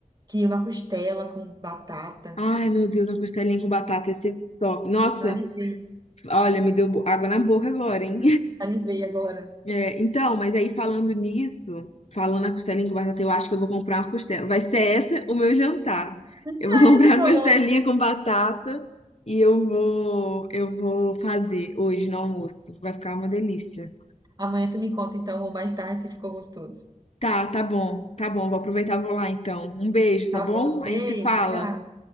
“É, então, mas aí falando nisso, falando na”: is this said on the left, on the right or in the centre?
Left